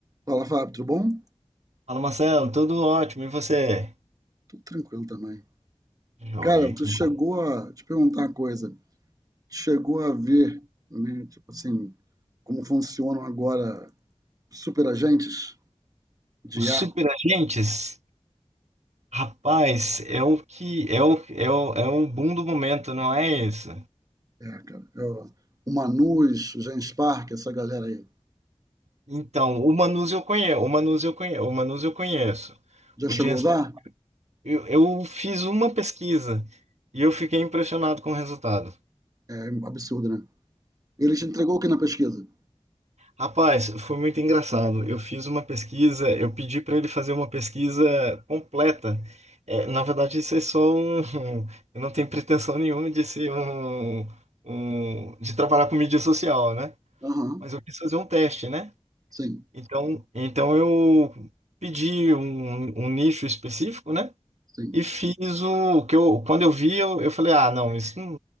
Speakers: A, on the right; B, on the right.
A: Fala, Fábio, tudo bom?
B: Fala, Marcelo, tudo ótimo, e você?
A: Tudo tranquilo também.
B: Joia,
A: Cara, tu
B: que
A: chegou
B: bom.
A: a... Te perguntar uma coisa. Chegou a ver, né, tipo assim, como funcionam agora superagentes de
B: Os
A: IA?
B: superagentes, rapaz, é o que é o, é o, é um boom do momento, não é isso?
A: É, cara, é o o Manus, o Genspark, essa galera aí.
B: Então, o Manus eu conheço, o Manus eu conheço, o Manus eu conheço.
A: Já
B: O
A: chegou
B: James
A: a usar?
B: Park, eu, eu fiz uma pesquisa e eu fiquei impressionado com o resultado.
A: É absurdo, né? Ele te entregou o que na pesquisa?
B: Rapaz, foi muito engraçado. Eu fiz uma pesquisa, eu pedi para ele fazer uma pesquisa completa. É, na verdade, isso é só um. <laughs> Eu não tenho pretensão nenhuma de ser um, um- de trabalhar com mídia social, né?
A: Aham,
B: Mas eu quis fazer um teste, né?
A: sim,
B: Então, então eu pedi um, um nicho específico, né?
A: sim,
B: E fiz o que eu. Quando eu vi, eu, eu falei: ah, não, isso